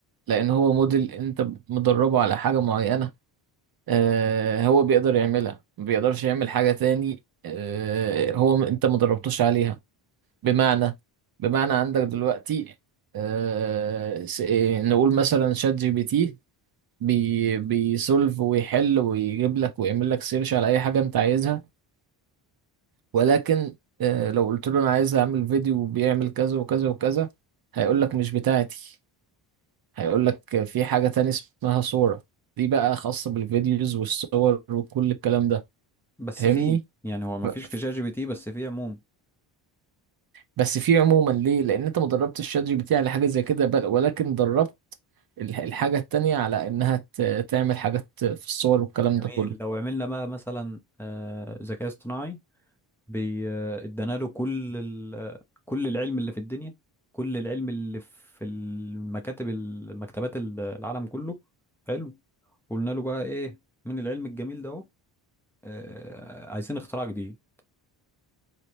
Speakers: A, on the right; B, in the centre.
A: لان هو موديل انت مدربه على حاجه معينه آه، هو بيقدر يعملها ما بيقدرش يعمل حاجة تاني آه، هو م- انت ما دربتوش عليها بمعنى بمعنى عندك دلوقتي آه، س- إيه، نقول مثلا شات جي بي تي بي بيسولف ويحل ويجيب لك ويعمل لك سيرش على اي حاجة انت عايزها ولكن آه، لو قلت له انا عايز اعمل فيديو بيعمل كذا وكذا وكذا هيقول لك مش بتاعتي هيقول لك في حاجة تاني اسمها صورة دي بقى خاصة بالفيديوز والصور وكل الكلام ده
B: بس
A: فاهمني
B: في يعني هو ما
A: ف-
B: فيش في شات جي بي تي بس في عموما
A: بس في عموما ليه لان انت ما دربتش الشات جي بي تي على حاجه زي كده بل ولكن دربت ال- الحاجه التانية على انها ت- تعمل حاجات في الصور والكلام
B: جميل
A: ده كله
B: لو عملنا بقى مثلا آه، ذكاء اصطناعي بي- ادانا له كل ال... كل العلم اللي في الدنيا كل العلم اللي في المكاتب المكتبات ال- العالم كله حلو قلنا له بقى ايه من العلم الجميل ده اهو آه، عايزين اختراع جديد